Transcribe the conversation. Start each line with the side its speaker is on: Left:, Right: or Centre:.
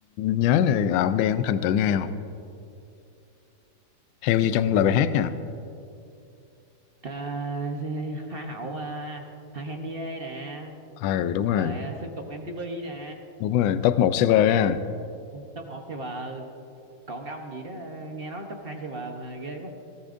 Left: nhớ là, là ông Đen ông thần tượng ai không theo như trong lời bài hát nha
Right: à, hoa hậu à, Hà Henie nè
Left: ừ đúng rồi
Right: rồi à, Sơn Tùng MTP nè
Left: đúng rồi top một server á
Right: top một server còn cái ông gì đó ờ, nghe nói top hai server mà ghê quá